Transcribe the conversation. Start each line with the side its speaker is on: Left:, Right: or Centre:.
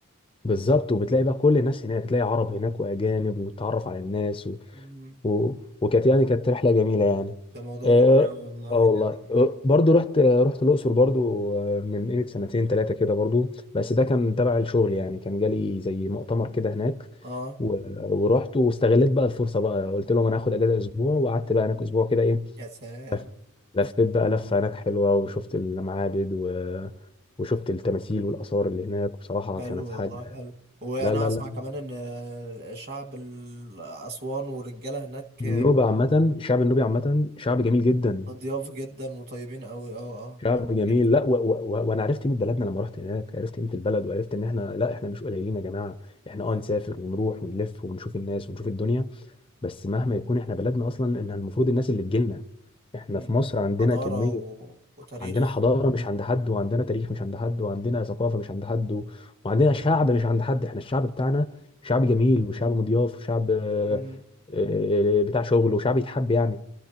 Left: بالظبط وبتلاقي بقى كل الناس هناك تلاقي عرب هناك واجانب وتتعرف على الناس
Right: امم
Left: و... وكانت يعني كانت رحله جميله يعني
Right: ده موضوع
Left: اه
Right: جميل قوي والله
Left: آه
Right: يعني
Left: والله آه، برضو رحت رحت الاقصر برضو آه، من قيمه سنتين ثلاثه كده برضو بس ده كان تبع الشغل يعني كان جالي زي مؤتمر كده هناك
Right: اه
Left: و... ورحت واستغلت بقى الفرصه بقى قلت لهم انا هاخد اجازه اسبوع وقعدت بقى هناك اسبوع كده ايه
Right: يا سلام
Left: لف- لفيت
Right: <laughs>
Left: بقى لفة هناك حلوة وشفت المعابد و... وشفت التماثيل والآثار اللي هناك بصراحة
Right: حلو
Left: كانت
Right: والله
Left: حاجة
Right: حلو وانا
Left: لا لا
Right: اسمع
Left: لا
Right: كمان ان شعب ال- اسوان والرجاله هناك
Left: النوبة عامة الشعب النوبي عامة شعب جميل جدا
Right: ضياف جدا وطيبين قوي اه اه
Left: شعب
Right: آه،
Left: جميل
Right: جدا
Left: لا و... و... و- وانا عرفت قيمه بلدنا لما رحت هناك عرفت قيمه البلد وعرفت ان احنا لا احنا مش قليلين يا جماعه احنا
Right: اه
Left: اه نسافر ونروح ونلف ونشوف الناس ونشوف الدنيا بس مهما يكون احنا بلدنا اصلا ان المفروض الناس اللي تجيلنا احنا
Right: أمم.
Left: في مصر عندنا
Right: حضاره
Left: كميه
Right: و... وتاريخ
Left: عندنا حضاره مش عند حد وعندنا تاريخ مش عند حد وعندنا ثقافه مش عند حد و... وعندنا شعب مش عند حد احنا الشعب بتاعنا شعب جميل وشعب مضياف وشعب آه،
Right: أمم.
Left: آه، بتاع شغل وشعب يتحب يعني